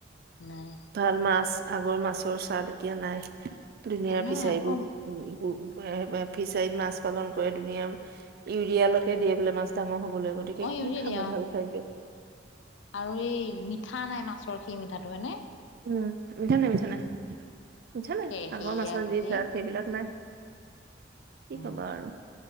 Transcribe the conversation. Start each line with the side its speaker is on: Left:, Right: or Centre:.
Left: নাই
Right: ভাল মাছ আগৰ মাছৰ চাদ এতিয়া নাই ধুনীয়া
Left: নাই
Right: ফিচা
Left: আকৌ
Right: এইবোৰ এইবোৰ ফিচাৰীত মাছ পালন কৰে ধুনীয়া ইউৰিয়ালৈকে দিয়ে বোলে মাছ ডাঙৰ হ বোলে গতিকে
Left: অ
Right: কি
Left: ইউৰিয়া
Right: খাবা
Left: দিয়া অ
Right: ভাল খাই যে
Left: আৰু এই মিঠা নাই মাছৰ সেই মিঠাটো হয় নে?
Right: উম মিঠা নাই মিছা নাই মিঠা নাই
Left: সে
Right: সাগৰ
Left: সেয়া
Right: মাছৰ
Left: গোটেই
Right: যি চাত সেইবিলাক নাই কি
Left: উম
Right: কবা আৰু